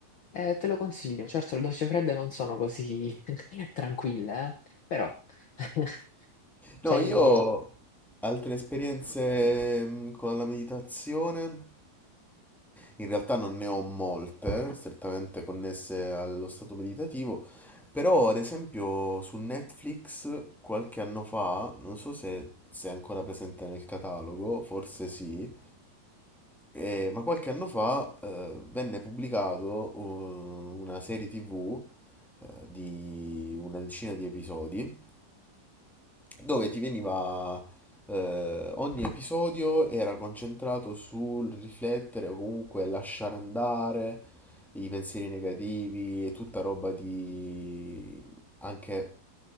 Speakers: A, on the left (about 55°); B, in the centre.
A: Eh, te lo consiglio, certo le docce fredde non sono così <laughs> tranquille, eh, però... <laughs> Cioè,
B: No, io ho altre esperienze mm, con la meditazione. In realtà non ne ho molte, strettamente connesse allo stato meditativo, però ad esempio su Netflix qualche anno fa, non so se, se è ancora presente nel catalogo, forse sì, eh, ma qualche anno fa eh, venne pubblicato eh, una serie TV eh, di una decina di episodi dove ti veniva eh, ogni episodio era concentrato sul riflettere o comunque lasciare andare i pensieri negativi e tutta roba di anche